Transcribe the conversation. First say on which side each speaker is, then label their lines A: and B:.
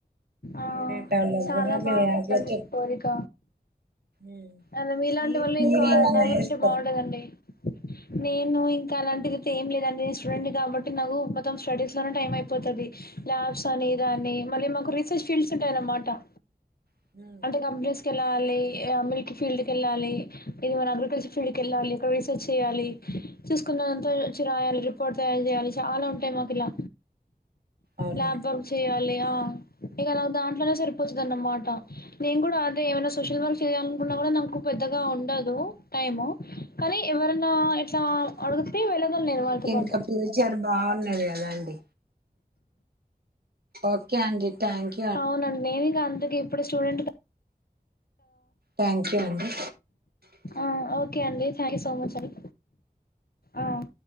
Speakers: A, on the left (about 65°); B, on the right (about 70°).
A: ఆ
B: వేరేతటొల్లక్
A: చాలా
B: గుడ అట్ల
A: బాగుందండి
B: జేయల్సొచ్చేది
A: మీ కోరిక
B: ఉమ్
A: అలా మీలాంటి
B: మీరు
A: వాళ్ళు
B: మీరేమన్నా
A: ఇంకా నలుగురు
B: జేస్తరా
A: ఉంటే బాగుంటదండి
B: మేడమ్
A: నేను ఇంకా అలాంటివయితే ఏం లేదండి నే స్టూడెంట్ని కాబట్టి నాకు మొత్తం స్టడీస్ లోనే టైం అయిపోతది ల్యాబ్స్ అని దాన్ని మళ్ళీ మాకు రీసెర్చ్ ఫీల్డ్స్ ఉంటాయన్నమాట
B: ఉమ్
A: కంపెనీస్ కి వెళ్ళాలి మిల్క్ ఫీల్డ్ కి వెళ్ళాలి ఇకా మన అగ్రికల్చర్ ఫీల్డ్ కి వెళ్ళాలి అక్కడ రీసెర్చ్ చేయాలి చూసుకున్నంతా ఓచ్చి రాయాలి రిపోర్ట్ తయారు జేయాలి చాలా ఉంటాయి మాకు ఇలా
B: అవునా
A: ల్యాబ్ వర్క్ చేయాలి ఆహ్ ఇగ నాక్ దాంట్లోనే సరిపోతది అన్నమాట నేను గూడా అదే ఏమైనా సోషల్ వర్క్ చేయలనుకున్నా గుడా నాక్ నాకు పెద్దగా ఉండదూ టైము కానీ ఎవరనా ఇట్లా అడుగుతే వెళ్ళగలను నేను
B: మీకు
A: వాళ్లతోపాటు
B: ఇంకా ఫ్యూచర్ బాగున్నది కదాండి ఓకే అండి థ్యాంక్ యు
A: ఔనండి నేను ఇగ అందుకే ఇప్పుడు స్టూడెంట్ గా
B: థ్యాంక్ యూ అండి
A: ఆహ్ ఓకే అండి థ్యాంక్ యూ సో మచ్ అండి ఆహ్